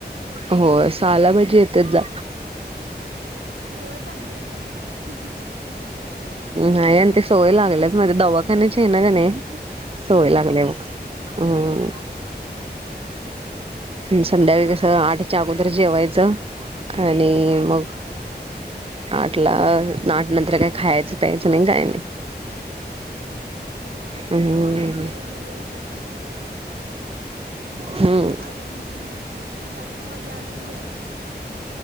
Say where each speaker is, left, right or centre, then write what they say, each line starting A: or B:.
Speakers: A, on the right (about 35°); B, on the right (about 85°).
A: हो सहाला भजी येतं जा
B: सवय चांगली आहे खरं ते <unintelligible>
A: नाय आणि ते सोय लागलेच माझं दवाखान्याची आहे ना का नाही
B: हा
A: सोय लागल्या मग हम्म.
B: हा.
A: संध्याकाळी कसं
B: काय
A: आठच्या
B: मग
A: अगोदर जेवायचं आणि मग.
B: हा
A: आटला नाट नंतर काही खायचं पायायचं नाय काय नाय.
B: हम्म आमच
A: हम्म
B: आमच्याकडे लई उशीरन असायचं
A: हम्म
B: अजून आता साडेनऊ वाजले अजून जेवायला